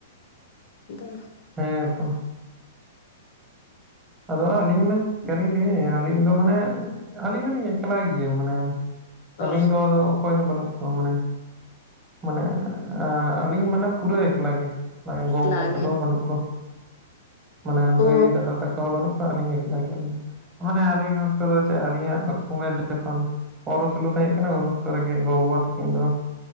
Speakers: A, on the left; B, on the right.
A: ᱟᱫᱚ
B: ᱦᱮᱸ ᱛᱚ ᱾ ᱟᱫᱚ ᱟᱞᱤᱧ ᱢᱟ <unintelligible> ᱟᱞᱤᱧ ᱫᱚ ᱢᱟᱱᱮ ᱟᱞᱤᱧ ᱫᱚᱞᱤᱧ ᱮᱠᱞᱟ ᱜᱮᱭᱟ ᱢᱟᱱᱮ ᱟᱞᱤᱧ
A: ᱚ
B: ᱫᱚ ᱚᱠᱚᱭ ᱦᱚᱸ ᱵᱟᱱᱩᱜ ᱚᱢᱟᱱᱮ ᱢᱟᱱᱮ ᱟᱻᱟᱞᱤᱧ ᱢᱟᱱᱮ ᱯᱩᱨᱟᱹ ᱮᱠᱞᱟ ᱜᱮ ᱾ ᱢᱟ ᱜᱚ
A: ᱮᱠᱞᱟ
B: ᱵᱟᱵᱟ ᱛᱟᱠᱚ
A: ᱜᱮ
B: ᱦᱚᱸ ᱵᱟᱱᱩᱜ ᱠᱚᱣᱟ ᱾ ᱢᱟᱱᱮ ᱵᱷᱟᱹᱭ
A: ᱚ
B: ᱫᱟᱫᱟ ᱛᱟᱠᱚ ᱦᱚᱸ ᱵᱟᱱᱩᱜ ᱠᱚᱣᱟ ᱾ ᱟᱹᱞᱤᱧ ᱮ ᱚᱱᱟ ᱜᱮ ᱟᱞᱤᱧ ᱫᱚ ᱾ ᱚᱱᱮ ᱟᱞᱤᱧ ᱚᱠᱛᱚ ᱫᱚ ᱪᱮᱜ ᱟᱞᱤᱧᱟᱜ ᱩᱢᱮᱨ ᱡᱚᱠᱷᱚᱱ ᱯᱚᱱᱨᱚ ᱥᱳᱞᱞᱳ ᱛᱟᱦᱮᱸᱜ ᱠᱟᱱᱟ ᱩᱱ ᱚᱠᱛᱚ ᱨᱮᱜᱮ ᱜᱚ ᱵᱟᱵᱟ ᱛᱟᱹᱠᱤᱱ ᱫᱚ